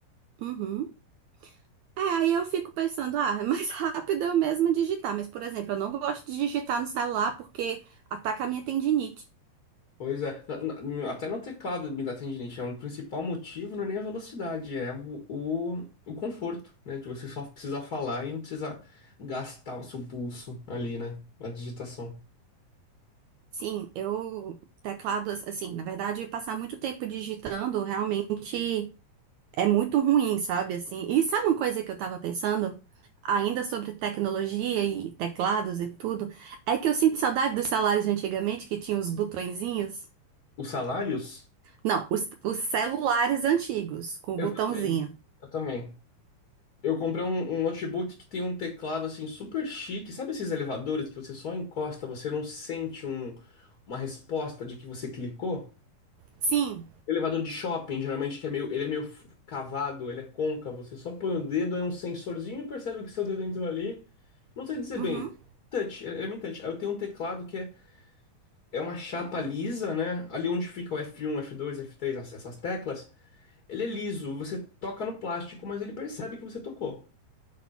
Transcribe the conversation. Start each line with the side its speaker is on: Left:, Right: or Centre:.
Right: Uhum. É, aí eu fico pensando, ah, é mais <laughs> rápido eu mesma digitar. Mas, por exemplo, eu não gosto de digitar no celular porque ataca a minha tendinite.
Left: Pois é, Na- na- até no teclado me dá tendinite, é um principal motivo, não é nem a velocidade, é o, o, o conforto, né? De você só precisar falar e não precisar gastar o seu pulso ali, né? Na digitação.
Right: Sim, eu teclado assim, na verdade, passar muito tempo digitando realmente é muito ruim, sabe? Assim, e sabe uma coisa que eu tava pensando ainda sobre tecnologia e teclados e tudo, é que eu sinto saudade dos celulares de antigamente que tinham os botõezinhos.
Left: Os salários?
Right: Não, os, os celulares antigos com o
Left: Eu
Right: botãozinho.
Left: também. Eu também. Eu comprei um, um notebook que tem um teclado assim super chique. Sabe esses elevadores que você só encosta, você não sente um- uma resposta de que você clicou?
Right: Sim.
Left: Elevador de shopping, geralmente, que é meio, ele é meio f- cavado, ele é côncavo. Você só põe o dedo, é um sensorzinho e percebe que seu dedo entrou ali. Não sei dizer
Right: Uhum.
Left: bem. Touch, é é bem touch. Aí eu tenho um teclado que é, é uma chapa lisa, né? Ali onde fica o F1, F2, F3, as- essas teclas. Ele é liso, você toca no plástico, mas ele percebe que você tocou.